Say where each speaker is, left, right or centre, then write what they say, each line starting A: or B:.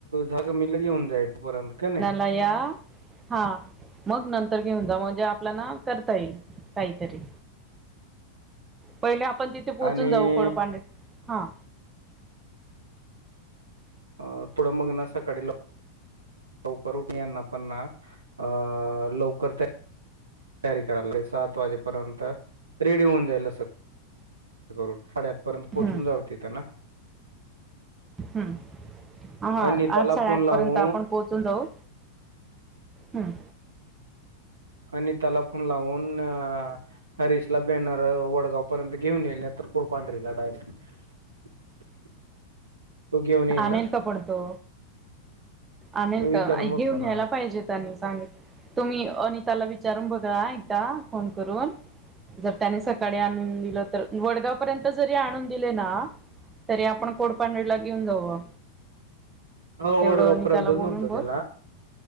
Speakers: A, on the right; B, on the right.
A: जागा मिललं घेऊन जाईल तपर्यंत काय नाही.
B: काया हा मग नंतर घेऊन जा म्हणजे आपल्या ना करता येईल काहीतरी पहिले आपण तिथे पोहोचून
A: आणि
B: जाऊ कडपाां हा
A: अ थोडं मग ना सकाळी लवकर लवकर उठयाना पणना अ लवकर त्या तॅरी करायला सात वाजेपर्यंत रेडी होऊन जायला. कर साडेआठ पर्यंत पोहोचून
B: हं
A: जाऊते त्यांना
B: हम्म हा
A: अनिताला
B: आठ साडेआठ
A: फोन लावून
B: पर्यंत आपण पोहोचून जाऊ. हम्
A: आणि त्याला फोन लावून. हरीश ला बॅनर वडगाव पर्यंत घेऊन येईल नाही तर कुळपांढरीला डायरेक्ट <unintelligible> येईल
B: आणल
A: ना
B: का पडतो आणल
A: मी विचारून
B: का घेऊन
A: बघतो ना
B: या्यायला पाहिजे. सांगल तुम्ही अिताला विचारून बघा एकदा फोन करून. जर त्यानी सकाळी
A: हम्म
B: आणून दिलं. वडगाव पर्यंत जरी आणून दिले ना तरी आपण कोडपडला घेऊन जाऊ
A: हो
B: तेवढं
A: वडगाव
B: नीताला
A: पर्यंतच
B: बोलून
A: म्हणतो
B: बर.
A: त्याला